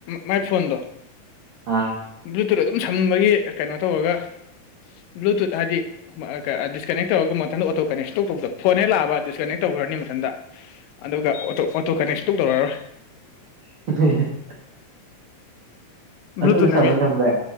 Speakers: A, on the left; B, on the right.
A: ꯃꯥꯏ ꯐꯣꯟꯗꯣ
B: ꯑꯥ
A: ꯕ꯭ꯂꯨꯇꯨꯠ ꯑꯗꯨꯝ ꯁꯝꯕꯒꯤ ꯀꯩꯅꯣ ꯇꯧꯔꯒ ꯕ꯭ꯂꯨꯇꯨꯠ ꯍꯥꯏꯗꯤ ꯗꯤꯁꯀꯅꯦꯛ ꯇꯧꯔꯒ ꯃꯊꯟꯗ ꯑꯣꯇꯣ ꯀꯅꯦꯛꯁ ꯇꯧꯊꯣꯛꯇꯕ ꯐꯣꯟ ꯍꯦꯛ ꯂꯥꯛꯑꯕ ꯗꯤꯁꯀꯅꯦꯛ ꯇꯧꯈ꯭ꯔꯅꯤ ꯃꯊꯟꯗ ꯑꯗꯨꯒ ꯑꯣꯇꯣ ꯑꯣꯇꯣ ꯀꯅꯦꯛꯁ ꯁꯨꯛꯇꯧ ꯇꯧꯔꯔꯣꯏ
B: <unintelligible> ꯑꯗꯨꯝ
A: ꯕ꯭ꯂꯨꯇꯨꯠꯅ
B: ꯁꯝꯕ
A: ꯃꯤ
B: ꯊꯝꯕ